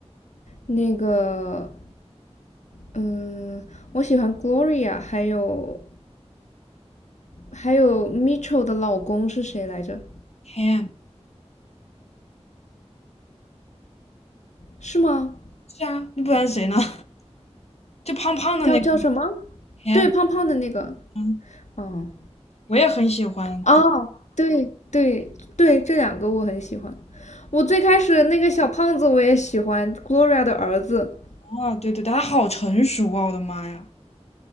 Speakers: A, on the left; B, on the left.
A: 那个，嗯，我喜欢 Gloria，还有还有 Mitchell 的老公是谁来着？
B: ？Cam。
A: 是吗？
B: 是啊，那不然谁呢？<laughs> 就胖胖的那个
A: 叫叫什么？
B: Cam。
A: 对，胖胖的那个。
B: 嗯，
A: 嗯，
B: 我也很喜欢。
A: 哦，对对对，这两个我很喜欢。我最开始那个小胖子我也喜欢，Gloria 的儿子，
B: 哦，对对，对他好成熟啊，我的妈呀！